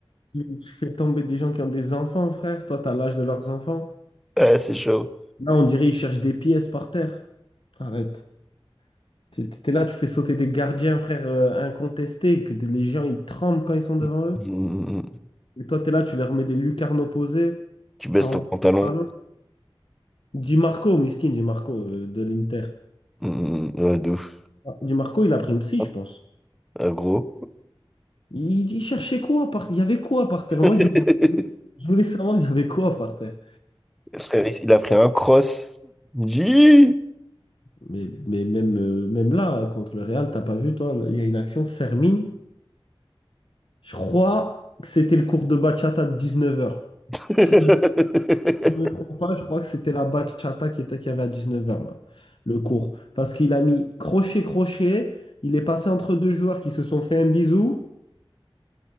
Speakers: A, on the left; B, in the centre.
A: tu tu fais tomber des gens qui ont des enfants, frère. Toi, t'as l'âge de leurs enfants.
B: Ouais, c'est chaud.
A: Là, on dirait ils cherchent des pièces par terre. Arrête. T'es t'es là, tu fais sauter des gardiens, frère, euh, incontestés, que de- les gens, ils tremblent quand ils sont devant
B: Mm,
A: eux.
B: mm, mm.
A: Et toi, t'es là, tu leur mets des lucarnes opposées.
B: Tu baisses
A: T'en...
B: ton pantalon.
A: Pardon? Di Marco, miskin, Di Marco, euh, de l'Inter.
B: Mm, mm, mm. ouais, de ouf.
A: Ah, Di Marco, il a pris une psy,
B: Hop,
A: je pense.
B: euh, gros.
A: Il, il cherchait quoi par terre? Il y avait quoi par terre? Moi,
B: <laughs>
A: je, je voulais savoir, il y avait quoi par terre?
B: Frère, il a pris un cross. Dis!
A: Mais, mais même, euh, même là, hein, contre le Real, t'as pas vu, toi, il y a une action, Fermin, je crois que c'était le cours de bachata de 19h.
B: <laughs>
A: Si je ne me trompe pas, je crois que c'était la bachata qui était, qu'il y avait à 19h, là, le cours. Parce qu'il a mis crochet, crochet, il est passé entre deux joueurs qui se sont fait un bisou